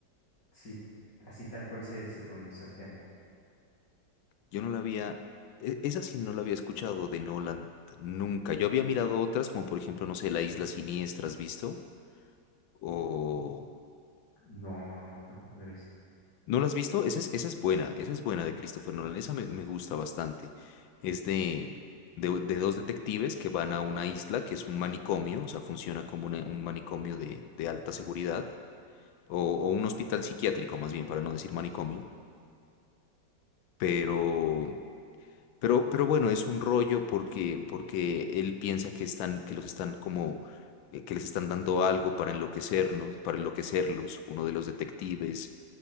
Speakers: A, on the left (about 65°); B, on the left (about 85°).
A: sí, así tal cual se, se pronuncia Tenet.
B: Yo no la había, e- esa sí no la había escuchado de Nolan nunca. Yo había mirado otras, como por ejemplo, no sé, La Isla Siniestra, ¿has visto? O...
A: No, no, no, tampoco la he visto.
B: ¿No la has visto? Esa es, esa es buena, esa es buena de Christopher Nolan, esa me, me gusta bastante. Es de, de, de dos detectives que van a una isla que es un manicomio, o sea, funciona como una- un manicomio de, de alta seguridad, o o un hospital psiquiátrico más bien, para no decir manicomio pero Pero, pero bueno, es un rollo porque, porque él piensa que están, que los están como, eh, que les están dando algo para enloquecernos, para enloquecerlos, uno de los detectives,